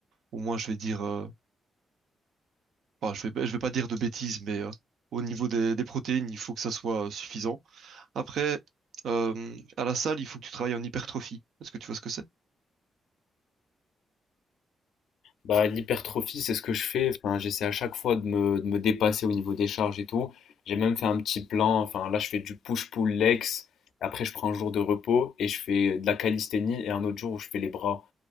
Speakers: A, on the right; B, on the left.
A: au moins, je vais dire, euh, enfin, je vais, pas- je vais pas dire de bêtises, mais euh, au niveau des, des protéines, il faut que ça soit euh, suffisant. Après, euh, à la salle, il faut que tu travailles en hypertrophie. Est-ce que tu vois ce que c'est?
B: Bah, l'hypertrophie, c'est ce que je fais. Enfin, j'essaie à chaque fois de me, de me dépasser au niveau des charges et tout. J'ai même fait un petit plan. Enfin, là, je fais du push-pull legs. Après, je prends un jour de repos et je fais de la calisthénie et un autre jour où je fais les bras.